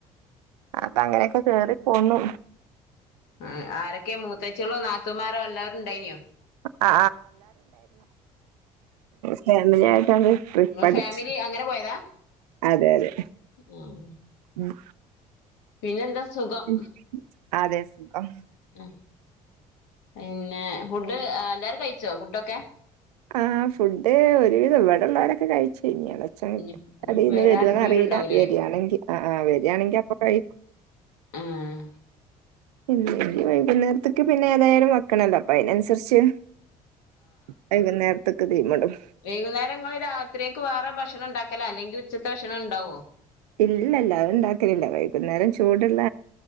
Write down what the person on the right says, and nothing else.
അപ്പൊ അങ്ങനെക്കെ കേറിപ്പോന്നു
ആ ഫാമിലിയാട്ടാണാ ട്രിപ്പഠിച്ചു
അതെ അതെ
ഉം,
ഉം. അതെ സുഖം
ആഹ് ഫുഡ് ഒരുവിധം ഇവിടെള്ളവരൊക്കെ കഴിച്ചു കഴിഞ്ഞൊള്ളു ച
കടീന്ന്
വരുവോന്ന്
അറിയില്ല
വരികയാണെങ്കിൽ ആഹ് ആഹ് ആഹ് വരിയാണെങ്കിൽ അപ്പ കഴിക്കും
ഇന്ന്നി വൈകുന്നേരത്തേക്ക് പിന്നെ ഏതായാലും വെക്കണല്ലോ അപ്പൊ അയിനനുസരിച്ച് വൈകുനേരത്ത്ക്ക് തീം മിടും
ഇല്ല ഇല്ല അത് ഉണ്ടാക്കലില്ല വൈകുന്നേരം ചൂടുള്ള